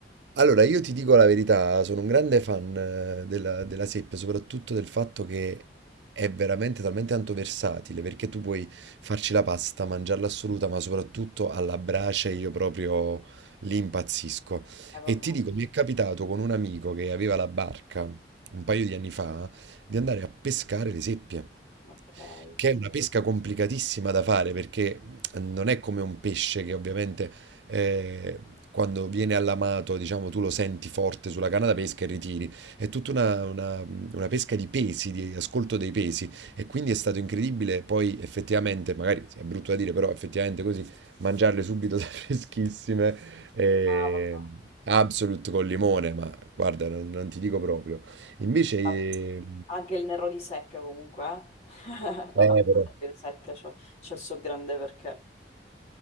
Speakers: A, on the right; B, on the left.
A: Allora, io ti dico la verità, sono un grande fan eh, della, della seppia, soprattutto del fatto che è veramente talmente tanto versatile, perché tu puoi farci la pasta, mangiarla assoluta, ma soprattutto alla brace io proprio lì impazzisco.
B: vabbè,
A: E ti dico, mi è capitato con un amico che aveva la barca un paio di anni fa di andare a pescare le seppie
B: ok.
A: che è una pesca complicatissima da fare perché non è come un pesce che ovviamente eh, quando viene allamato, diciamo, tu lo senti forte sulla canna da pesca e ritiri. È tutta una, una- una pesca di pesi, di ascolto dei pesi e quindi è stato incredibile poi effettivamente, magari sì, è brutto da dire, però effettivamente così mangiarle subito da <laughs> freschissime. eh,
B: Ah,
A: Absolute col limone, ma guarda, non, non ti dico proprio. Invece,
B: vabbè.
A: eh,
B: Anche il nero di seppia comunque, eh? <laughs> La
A: eh,
B: pasta
A: però.
B: di seppia c'ha c'ha il suo grande perché.